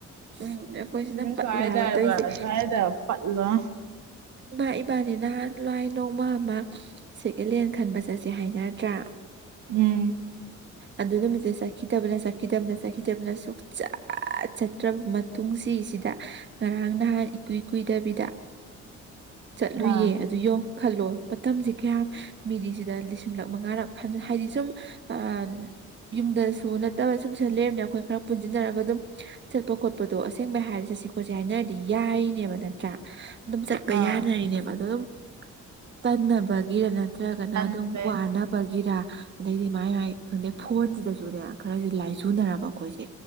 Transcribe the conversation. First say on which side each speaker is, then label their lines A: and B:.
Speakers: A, on the right; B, on the right.
A: ꯎꯝ ꯑꯩꯈꯣꯏ
B: ꯑꯩꯅ
A: ꯁꯤꯅ ꯄꯠꯂꯦ
B: ꯁ꯭ꯋꯥꯏꯗꯕ
A: ꯍꯥꯏꯕ ꯇꯧꯔꯤꯁꯦ
B: ꯁ꯭ꯋꯥꯏꯗ ꯄꯠꯂꯣ
A: ꯅ ꯏꯕꯥꯅꯤ ꯅꯍꯥꯟ ꯂꯥꯏ ꯅꯣꯡꯃ ꯑꯃ ꯁꯦꯀꯦꯂꯦꯟ ꯈꯟꯕ ꯆꯠꯁꯦ ꯍꯥꯏꯅꯔꯗ꯭ꯔꯥ
B: ꯎꯝ
A: ꯑꯗꯨ ꯅꯨꯃꯤꯠꯇ ꯆꯠꯈꯤꯗꯕꯅ ꯆꯠꯈꯤꯗꯕꯅ ꯆꯠꯈꯤꯗꯕꯅ ꯁꯨꯛꯆꯥ ꯑꯥꯠ ꯆꯠꯇ꯭ꯔꯕ ꯃꯇꯨꯡꯁꯤ ꯁꯤꯗ ꯉꯔꯥꯡ ꯅꯍꯥꯟ ꯏꯀꯨꯏ ꯀꯨꯏꯗꯕꯤꯗ ꯆꯠꯂꯨꯏꯌꯦ
B: ꯑꯥ
A: ꯑꯗꯨ ꯌꯣꯡ ꯈꯜꯂꯣ ꯃꯇꯝꯖꯤ ꯀ꯭ꯌꯥꯝ ꯃꯤꯗꯤꯁꯤꯗ ꯂꯤꯁꯤꯡꯂꯛ ꯃꯉꯥꯔꯛ ꯍꯟ ꯍꯥꯏꯗꯤ ꯁꯨꯝ ꯑꯥꯟ ꯌꯨꯝꯗꯁꯨ ꯅꯠꯇꯕ ꯁꯨꯝ ꯁ ꯂꯩꯔꯝꯅꯦ ꯑꯈꯣꯏ ꯈꯔ ꯄꯨꯟꯖꯤꯟꯅꯔꯒ ꯑꯗꯨꯝ ꯆꯠꯄ ꯈꯣꯠꯄꯗꯣ ꯑꯁꯦꯡꯕꯩ ꯍꯥꯏꯔ ꯆꯠꯁꯤ ꯈꯣꯠꯁꯤ ꯍꯥꯏꯅꯔꯗꯤ ꯌꯥꯔꯤꯅꯦꯕ ꯅꯠꯇ꯭ꯔꯥ ꯗꯨꯝ ꯆꯠꯄ
B: ꯑꯥ
A: ꯌꯥꯅꯔꯤꯅꯦꯕ ꯑꯗꯣ ꯗꯨꯝ ꯇꯟꯅꯕꯒꯤꯔꯅ ꯅꯠꯇ꯭ꯔꯒꯅ
B: ꯇꯟꯕꯩ
A: ꯑꯗꯨꯝ ꯋꯥꯅꯕꯒꯤꯔ ꯑꯗꯩꯗꯤ ꯃꯥꯏ ꯃꯥꯏ ꯈꯪꯗꯦ ꯐꯣꯟꯁꯤꯗꯁꯨꯅꯦ ꯈꯔꯖꯨ ꯂꯥꯏꯖꯨꯅꯔꯕ ꯑꯈꯣꯏꯁꯦ